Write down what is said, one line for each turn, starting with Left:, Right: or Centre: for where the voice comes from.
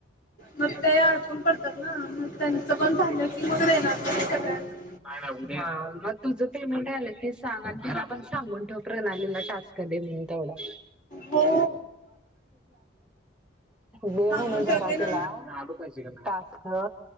Left: मग ते आडकून पडतात ना. त्यांचं पण झालं की मग देणार तरी सगळ्याना.
Centre: नाही नाही उद्या मग तुझं पेमेंट आलं ते सांग आणि तुला आपण सांगून ठेव प्रणालीला टास्क दे म्हणून तेवढा.
Left: हो.
Centre: दे
Left: सांगून
Centre: म्हण
Left: ठेवते
Centre: जरा
Left: ना
Centre: तिला टास्क. हो